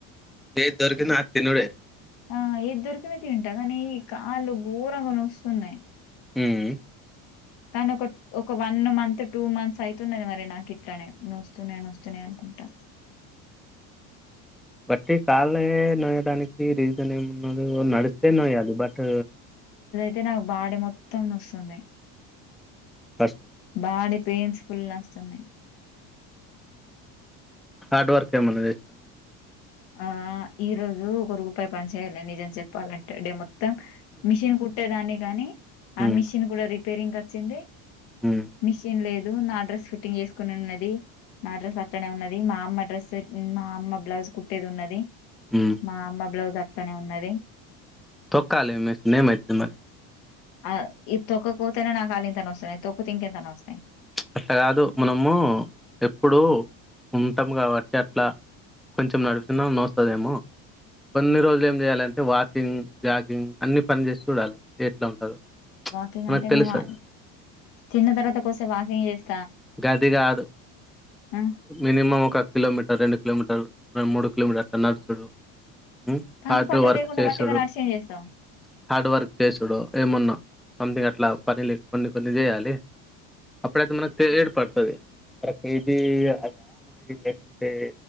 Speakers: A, in the centre; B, on the left (about 70°).
A: ఏది దొరికినా అది తినుడే
B: ఆ ఎద్దొరికిన తింటా కానీ ఈ కాళ్ళు ఘోరంగా నోస్తు న్నాయ్
A: ఉమ్
B: కానీ ఒక ఒక వన్ మంత్ టూ మంత్స్ అయితున్నది మరి నాకు ఇట్లానే నొస్తున్నాయి నొస్తున్నాయి అనుకుంటా
A: బట్టి కాళే నోయడానికి రీజన్ ఏమున్న నడిస్తే నోయ్యాలి బట్
B: తే నాకు బాడి మొత్తం నోస్తుంది
A: కష్టం
B: బాడీ పెయిన్స్ ఫుళ్ళోస్తున్నాయి
A: హార్డ్ వర్క్ ఏమన్నా చేస్
B: ఆ ఈ రోజు ఒక రూపాయి పని చేయ్యాలే నిజం చెప్పాలంటే డెమొత్ తం మిషన్ కుట్టేదాని కని ఆ
A: ఉమ్
B: మిషన్ కూడా రి పేరికచ్చింది
A: ఉమ్
B: మిషిన్ లేద్ దు నా డ్రెస్ ఫిట్టింగ్ చేసుకునున్నది నా డ్రెస్ అట్టనే ఉన్నది మా అమ్మ డ్రెస్ మా అమ్మ బ్లౌజ్ కుట్ ట్టేదున్నది
A: ఉమ్
B: మా అమ్మా బ్లౌజ్ అట్ ట్లానే ఉన్నది
A: తొక్కాలే మే నేమైత మరి
B: ఆ ఇది తొక్కకపోతేనే నాకుల్లింత నోస్తనయ్ తొక్కుతింకెంతనోస్థాయ్
A: అట్లా కాదు మనము ఎప్పుడు ఉంటం కాబట్టి అట్లా కొంచెం నడుచినా నోస్తదేమో కొన్ని రోజులు ఏం చేయాలంటే వాకింగ్ జాగింగ్ అన్ని పని చేసి చూడాలి ఎట్లా ఉంటదో
B: వాకింగ్
A: మనకు
B: అంటే
A: తెలుస్తది
B: మేము ఆ తిన్న తర్వాత కిద్దిసేపు వాకింగ్ చేస్
A: గది కాదు
B: ఆ
A: మినిమం ఒక కిలోమీటర్ రెండు కిలోమీటర్లు మూడు కిలోమీటర్ అట్ల నడు చూడు హు
B: పని
A: హార్డ్
B: పాట
A: వర్క్
B: లేకుండా
A: చేసుడు
B: వట్టిగా నడిచి ఏం చేస్తావ్
A: హార్డ్ వర్క్ చేసుడు ఏమున్నా సంథింగ్ అ ట్ల పనులు కొన్ని కొన్ని చెయ్యాలి అప్పుడేతె మనక్ తె ఏడ్పడుతది మరక్ ఇది అలా మనకిది లేకుంటే